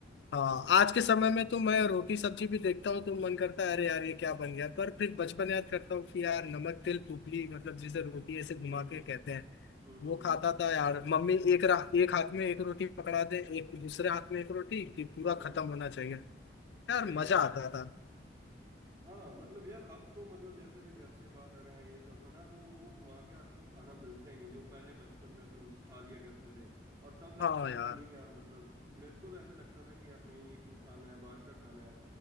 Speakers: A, on the left; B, on the right.
A: हाँ आज के समय में तो मैं रोटी सब्जी भी देखता हूँ तो मन करता है अरे यार ये क्या बन गया पर फिर बचपन याद करता हूँ कि यार नमक तेल पुपली मतलब जिसे रोटी ऐसे घुमा
B: हम्म
A: के
B: हम्म
A: कहते हैं वो
B: हम्म
A: खाता था यार मम्मी एक रा, एक हाथ में एक रोटी पकड़ा दे एक दूसरे हाथ में एक रोटी कि पूरा
B: हम्म हम्म,
A: खत्म होना चाहिए यार
B: सही
A: मजा
B: बात
A: आता
B: है
A: था
B: हाँ मतलब यार अब तो मतलब जैसे भी घर से बाहर आए ये सब है ना तो वो माँ के हाथ का वो खाना मिलता ही नहीं जो पहले बचपन में अपन खा लिया करते थे और तब लगता
A: हाँ यार
B: था कि नहीं यार मतलब मेरे को तो ऐसे लगता था कि यार नहीं ये क्यों खाना है बाहर का खाना है